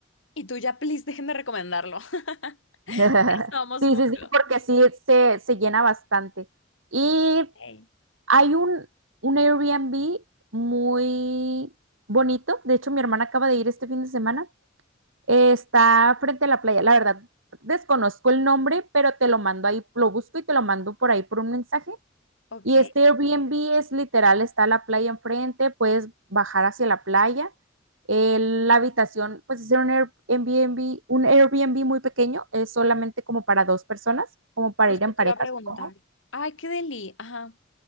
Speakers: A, on the left; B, on the right.
A: Y tú ya, <laughs> please, déjenme recomendarlo. <laughs>
B: <laughs>
A: Ya Somos
B: Sí,
A: muchos.
B: sí, sí, porque sí se, se llena bastante. Y
A: Ey.
B: Hay un, un Airbnb muy bonito. De hecho, mi hermana acaba de ir este fin de semana. Eh, está frente a la playa. La verdad, desconozco el nombre, pero te lo mando ahí, lo busco y te lo mando por ahí por un mensaje.
A: Ok.
B: Y este Airbnb es literal, está la playa enfrente, puedes bajar hacia la playa. Eh, la habitación, pues es un Airbnb, un Airbnb muy pequeño, es solamente como para dos personas, como para
A: Justo
B: ir en
A: te
B: pareja,
A: iba a preguntar.
B: supongo.
A: Ay, qué deli. Ajá.